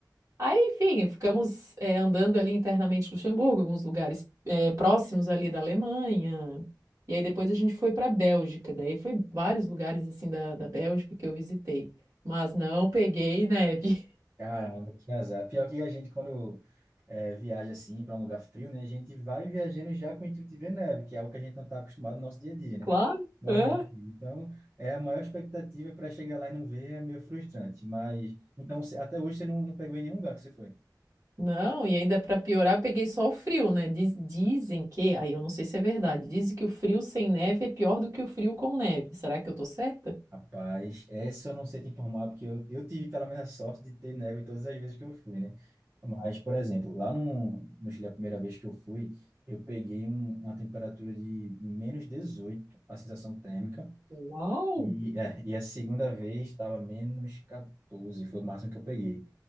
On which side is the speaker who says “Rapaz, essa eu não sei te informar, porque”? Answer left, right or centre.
Right